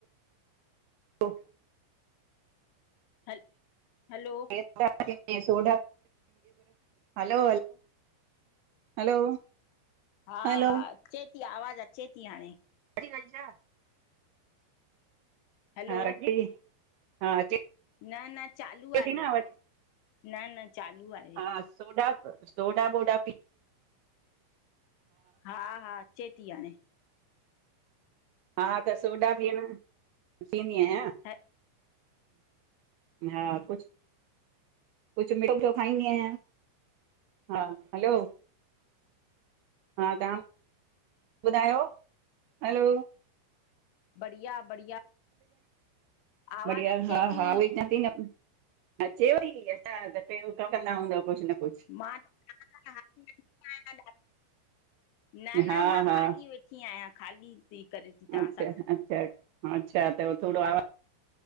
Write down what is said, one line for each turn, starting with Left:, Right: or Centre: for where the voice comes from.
Right: हा <inaudible>
Left: हल हलो
Right: हलो हलो हलो
Left: हा
Right: हलो
Left: हा, अचे ती आवाज़ु अचे ती हाणे
Right: हर वंशा <inaudible>
Left: हलो
Right: हा री हा अचे <unintelligible>
Left: न न चालू आहे
Right: थी न आवाज
Left: न न चालू आहे
Right: हा सोडा, सोडा वोडा पी
Left: हा हा अचे ती हाणे
Right: हा त सोडा ॿि आ न, पियंदी आहियां
Left: ह
Right: हा कुछ कुझु मिठो खाईंदी आहियां, हा हलो हा तव्हां ॿुधायो? हलो
Left: बढ़िया बढ़िया आवाज़
Right: बढ़िया,
Left: अचे
Right: हा
Left: थी
Right: हा उई चां थी न अचेव ती? असां त, केर उतां कंदा हूंदव कुछ न कुछ
Left: मां ह आहियां <inaudible> न न
Right: हा
Left: मां
Right: हा
Left: ख़ाली वेठी आहियां, ख़ाली थी करे थी तव्हां
Right: अच्छा
Left: सां ॻाल
Right: अच्छा अच्छा त थोड़ो आवाज